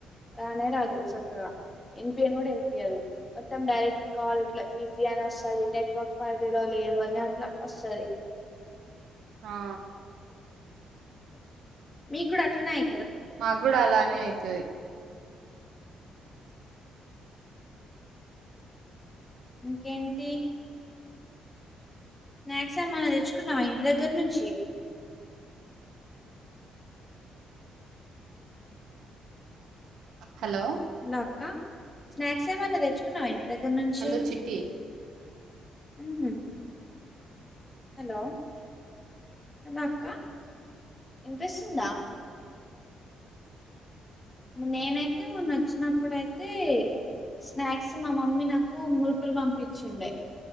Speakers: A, on the left; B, on the right.
A: రానే రాదు సక్కగా ఇన్పీయను గూడా ఇన్పియ్యదు. మొత్తం డైరెక్ట్ కాల్ ఇట్ల బిజీ అని వస్తది. నెట్వర్క్ పరిధిలో లేదు అని అట్లా వస్తది.
B: ఆ
A: మీక్ గూడ అట్లనే ఐ
B: మాక్ గూడా అలానే అయితది
A: ఇంకేంటీ స్నాక్స్ ఏమన్నా తెచ్చుకున్నావా ఇంటి దగ్గర్ నుంచీ.
B: హలో
A: హలో అక్కా. స్నాక్స్ ఏమన్నా తెచ్చుకున్నావా ఇం దగ్గర్ నుంచీ
B: హలో చిట్టి
A: ఊహు హలో హలో అక్కా ఇన్పిస్తుందా. నేనైతే మొన్న వచ్చినప్పుడైతే. స్నాక్స్ మా మమ్మీ నాకూ మురుకుల్ పంపిచ్చుండే.